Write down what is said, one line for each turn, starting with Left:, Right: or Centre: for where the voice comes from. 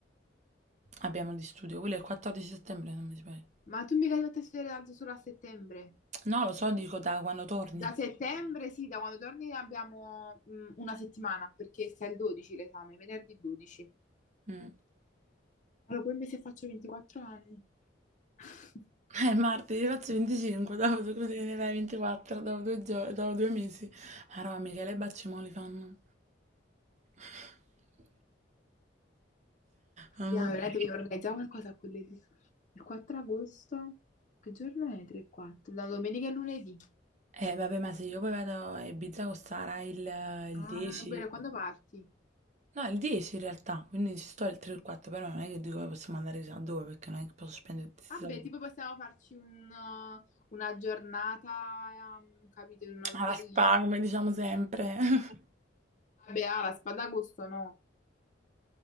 Right: abbiamo di studio. Quello è il 14 settembre, non mi sbaglio.
Left: Ma tu mica dovresti studiare tanto solo a settembre.
Right: No, lo so, dico da quando torni.
Left: Da settembre, sì, da quando torni abbiamo mh, una settimana, perché sta il 12 l'esame, venerdì 12.
Right: Mm. <laughs>
Left: Allora, poi mi se faccio 24 anni. <laughs>
Right: Eh, martedì faccio 25, dopo tu così ne fai 24, dopo due, gio- dopo due mesi. Ma roba, Michele Baccimoli fanno. <laughs> Mamma
Left: Ya, veramente
Right: mia.
Left: vi organizziamo qualcosa a quell'edì. Il 4 agosto, che giorno è? 3 e 4? Da domenica e lunedì.
Right: Eh, vabbè, ma se io poi vado a Ibiza con Sara il,
Left: Ah,
Right: il 10...
Left: bene, quando parti?
Right: No, il 10 in realtà, quindi ci sto il 3 e il 4, però non è che dico che possiamo andare chissà dove, perché non è che posso spendere tutti i
Left: Vabbè,
Right: soldi.
Left: tipo possiamo farci un, uh, una giornata, um, capito, in una bellissima
Right: alla spa, come diciamo sempre. <laughs>
Left: Vabbè, ah, la spada a gusto no.